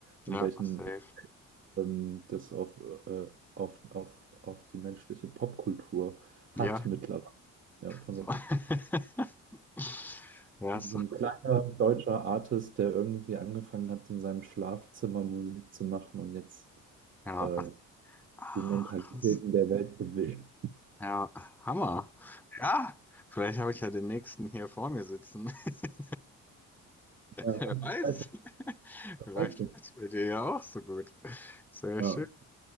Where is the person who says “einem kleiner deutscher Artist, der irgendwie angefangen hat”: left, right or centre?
Right